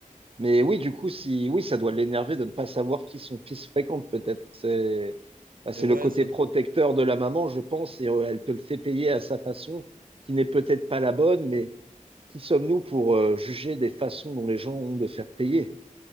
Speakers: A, on the right (about 40°); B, on the right (about 80°).
A: Mais oui, du coup, si oui, ça doit l'énerver de ne pas savoir qui son fils fréquente, peut-être. C'est bah, c'est
B: Et ouais,
A: le côté
B: ça,
A: protecteur de la maman, je pense, et euh, elle te le fait payer à sa façon, qui n'est peut-être pas la bonne, mais qui sommes-nous pour euh, juger des façons dont les gens ont de faire payer?